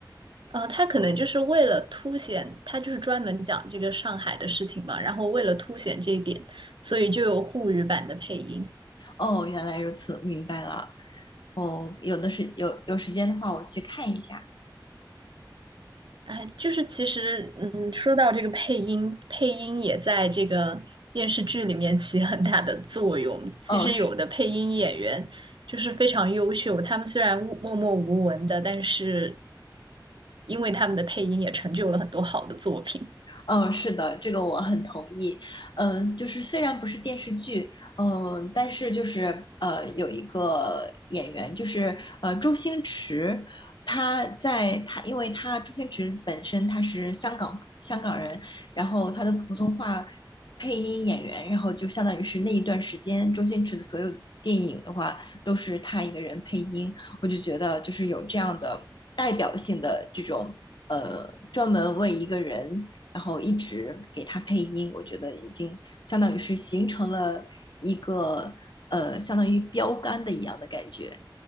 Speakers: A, on the right (about 80°); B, on the left (about 70°).
A: 呃，他可能就是为了凸显，他就是专门讲这个上海的事情嘛，然后为了凸显这一点，所以就有沪语版的配音。
B: 哦，原来如此，明白了。哦，有的是有有时间的话，我去看一下。
A: 哎，就是其实，嗯，说到这个配音，配音也在这个电视剧里面起很大的作用。其实有的配音演员就是非常优秀，
B: 哦。
A: 他们虽然无默默无闻的，但是因为他们的配音也成就了很多好的作品。
B: 嗯，是的，这个我很同意。嗯，就是虽然不是电视剧，嗯，但是就是呃，有一个演员，就是呃，周星驰，他在他，因为他周星驰本身他是香港香港人，然后他的普通话配音演员，然后就相当于是那一段时间，周星驰的所有电影的话都是他一个人配音，我就觉得就是有这样的代表性的这种。呃，专门为一个人然后一直给他配音，我觉得已经相当于是形成了一个呃，相当于标杆的一样的感觉。